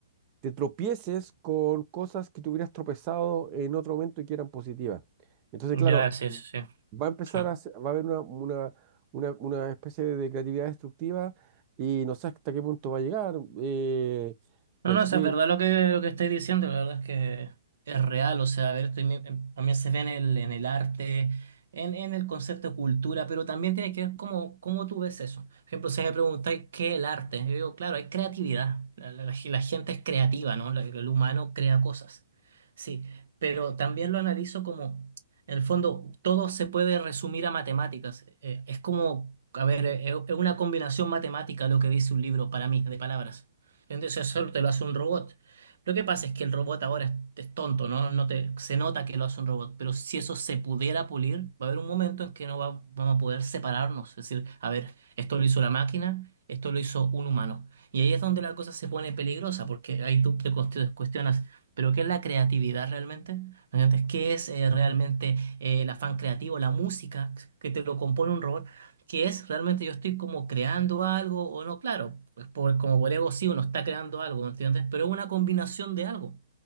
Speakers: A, on the right; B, on the right.
A: te tropieces con cosas que te hubieras tropezado en otro momento y que eran positivas. Entonces,
B: ujú.
A: claro,
B: Ya, sí, sí, sí.
A: va a empezar
B: Sí.
A: a, se- va a haber una, una, una, una especie de creatividad destructiva y no sé hasta qué punto va a llegar. eh, pero
B: No, no,
A: sí,
B: o sea, es verdad lo que, lo que estáis diciendo, la verdad es que es real, o sea, a ver, también, también se ve en el, en el arte, en, en el concepto de cultura, pero también tiene que ver cómo, cómo tú ves eso. Por ejemplo, si me preguntáis qué es el arte, yo digo, claro, hay creatividad, la, la- la gen- la gente es creativa, ¿no? La- el humano crea cosas, sí, pero también lo analizo como, en el fondo, todo se puede resumir a matemáticas, eh, es como, a ver, eh, es una combinación matemática lo que dice un libro para mí, de palabras. Entonces solo te lo hace un robot. Lo que pasa es que el robot ahora es, es tonto, ¿no? No te, se nota que lo hace un robot, pero si eso se pudiera pulir, va a haber un momento en que no va- vamos a poder separarnos. Es decir, a ver, esto lo hizo la máquina, esto lo hizo un humano. Y ahí es donde la cosa se pone peligrosa, porque ahí tú te cuest- cuestionas, ¿pero qué es la creatividad realmente? ¿Me entiendes? ¿Qué es eh, realmente eh, el afán creativo, la música que te lo compone un robot? qué es realmente yo estoy como creando algo o no, claro, pues por, como por ego sí uno está creando algo, ¿me entiendes? Pero es una combinación de algo, o